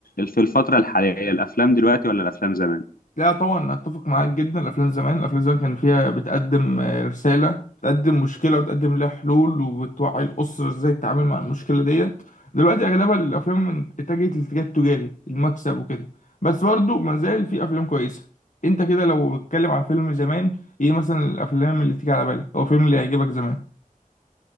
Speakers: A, on the left (about 85°); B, on the left (about 60°).
A: في الفتره الحاليه الافلام دلوقتي ولا الافلام زمان
B: لا طبعا اتفق معاك جدا الافلام زمان الافلام زمان كان فيها بتقدم آه، رساله بتقدم مشكله وبتقدم لها حلول وبتوعي الاسره ازاي تتعامل مع المشكله ديت دلوقتي اغلبها الافلام من- اتجهت للاتجاه التجاري المكسب وكده بس برضه ما زال في افلام كويسه انت كده لو بتتكلم عن فيلم زمان ايه مثلا الافلام اللي تيجي على بالك او الفيلم اللي يعجبك زمان